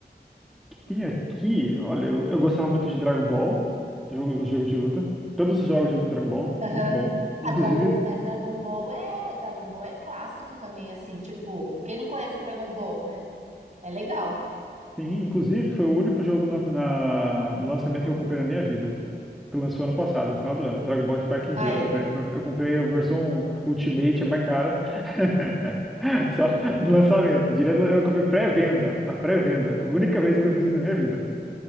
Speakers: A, in the centre; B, on the right.
A: Tem aqui. Olha, eu, eu gostava muito de Dragon Ball, jogo, jogo de luta. Todos os jogos de luta Dragon Ball,
B: Aham.
A: muito bom.
B: A
A: Inclusive,
B: Dragon, mas Dragon Ball é, Dragon Ball é clássico também, assim, tipo, quem não conhece Dragon Ball, né? É legal.
A: sim, inclusive foi o único jogo na, na- no lançamento que eu comprei na minha vida. que lançou ano passado, no final do ano. Dragon Ball Sparking
B: Aí,
A: Zero. Eu comprei, eu comprei a versão Ultimate, é mais cara. <laughs> Só no lançamento. Direto, eu comprei pré-venda. A pré-venda. A única vez que eu fiz isso na minha vida.